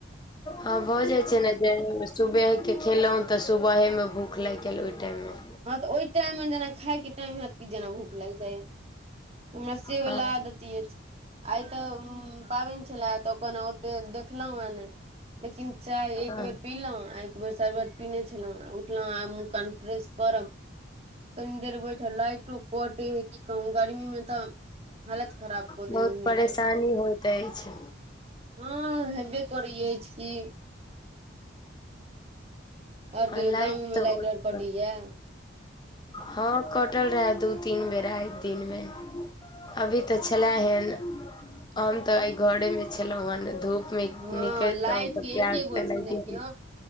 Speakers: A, on the left (about 20°); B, on the right (about 30°).
A: हँ भऽ जाइ छै ने सुबहके खेलहुॅ तऽ सुबहेमे भूख लागि गेल ओहि टाइममे
B: हँ तऽ ओहि टाइममे जेना खायके टाइम हैत जेना भूख लागि जाय हमरा सेवला
A: हँ
B: आइ तऽ पाबनि छलए तऽ ओतेक देखलहुँ हेँ नहि लेकिन चाय एक
A: हँ
B: बेर पीलौ आ एक बेेर शर्बत पीने छलौ उठल आ मुह कनफ्रेश करब कनि देर बैठब लाइटो कटे हइ की कहू गर्मी मे तऽ हालत खराब क
A: बहुत
B: देने है
A: परेशानी
B: लाइट
A: होइत अछि
B: हँ हेबे कर अछि की आओर
A: हँ
B: कहियो
A: लाइट
B: गामो में
A: तऽ
B: लाइट
A: बहुत
B: ओर कटैया
A: हँ कटल रहै दू तीन बेर आय दिन मे अभी तऽ छले हेन हम तऽ एहि घरे मे छलहुँं हेन धूप मे
B: हँ
A: निकलितहुँ
B: लाइटके
A: तऽ प्यास
B: एके गो
A: तऽ
B: छै
A: लागि
B: देखियौ